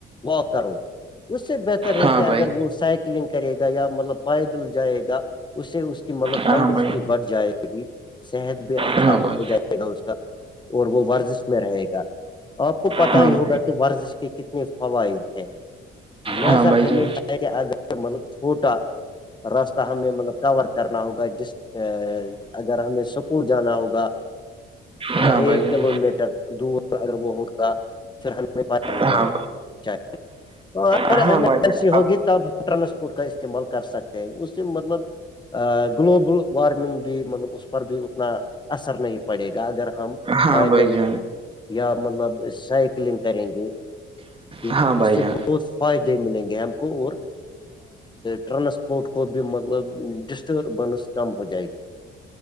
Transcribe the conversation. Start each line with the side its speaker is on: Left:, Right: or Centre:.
Left: واک کرو اس سے بہتر ہے
Right: ہاں
Left: کہ اگر
Right: بھائی
Left: وہ سائیکل لگ کرے گا یا مطلب پائیدل جائے گا اس سے اس کی مطلب
Right: ہاں
Left: تندرستی
Right: بھائی
Left: بڑھ جائے گی صحت بھی اچھا
Right: ہاں
Left: ہو
Right: بھائی
Left: جائے گا اس کا اور وہ ورزش میں رہے گا آپ کو پت
Right: ہاں
Left: ہی
Right: بھائی
Left: ہوگا کہ ورزش کے کتنے فوائد ہیں لہذا
Right: ہاں بھائی
Left: ہمیں
Right: جان
Left: چاہیے اگر مطلب چھوٹا راستہ ہمیں مطلب کور کرنا ہوگا جس ا اگر ہمیں سپور جانا ہوگا مطلب
Right: ہاں بھائی
Left: ایک
Right: جان
Left: کلو میٹر دور اگر وہ ہوگ پھر ہمیں پیدل
Right: ہاں
Left: جانا اچ تو اگر
Right: ہاں
Left: ایمرجنسی
Right: بھائی جان
Left: ہوگی تب ہم ٹرانسپورٹ کا استعمال کر سکتے ہیں اس سے مطلب گلوبل وارمنگ بھی مطلب اس پر بھی اتنا اثر نہیں پڑے گا اگر ہم
Right: ہاں
Left: پیدل
Right: بھائی جان
Left: یا مطلب سائیکلنگ کریں گے کیکہ
Right: ہاں بھائی
Left: اس سے
Right: جان
Left: بہت فائدے ملیں گے ہم کو اور ٹرانس کوٹ کو بھی مطلب ڈسٹربنس کم ہو جائے گی